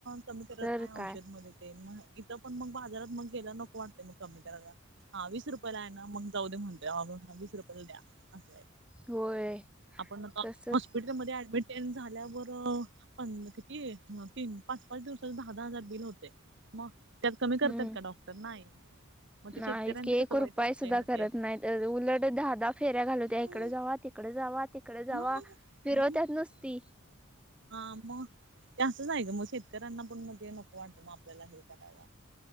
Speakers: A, on the right; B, in the centre.
A: कमी करत
B: तर
A: नाही
B: काय
A: औषध मध्ये मग इथं पण मग बाजारात मग गेल्यावर नको वाटते मग कमी करायला. हा वीस रुपयाला आहे, ना मग जाऊ दे म्हणतोय वीस रुपयाला द्या असं आहे.
B: होय
A: आपण हॉस्पिटलमध्ये
B: तसच
A: ऍडमिट बिल झाल्यावर किती तीन पाच पाच दिवसाचे दहा दहा हजार बिल होतय. मग त्यात कमी करतात
B: हम्म
A: का डॉक्टर नाही मग ते
B: नाहीच
A: शेतकऱ्यांचं
B: की एक
A: कसं वाईट
B: रुपय
A: वाटतंय
B: सुद्धा
A: ना
B: करत
A: ते
B: नाहीत उलट दहा दहा फेऱ्या घालवत्या
A: हं,
B: इकडे जावा तकडे जावा तिकडे
A: हं,
B: जावा फिरवत्यात
A: मग
B: नुसती
A: हा मग ते असंच आहे का मग शेतकऱ्यांना पण मग ते नको वाटतं मग आपल्याला हे करायला